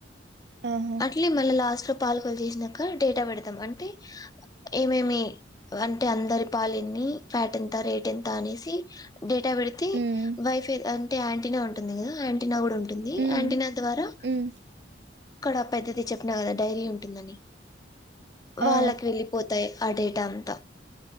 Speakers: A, on the right (about 65°); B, on the left (about 20°).
A: ఆహా
B: అట్లీ మన లాస్ట్. పాలకోవా చేసినాక డేటా పెడతాం అంటే ఏమేమి అంటే అందరు. పాలిన్ని ఫ్యాట్ ఎంత రేట్ ఎంత అనేసి. డేటా వెడితే
A: ఉమ్
B: వైఫై ఆన్. అంటే ఆంటీనా ఉంటుంది కదా ఆంటీనా కూడా ఉ. ఉంటుంది
A: ఉమ్
B: ఆంటిన ద్వారా.
A: ఉమ్
B: ఇక్కడ పెద్దది చెప్పిన కదా డైరీ ఉంటుందని. వాళ్ళకి
A: ఆ
B: వెళ్ళిపోతాయ్. అడేట అంత.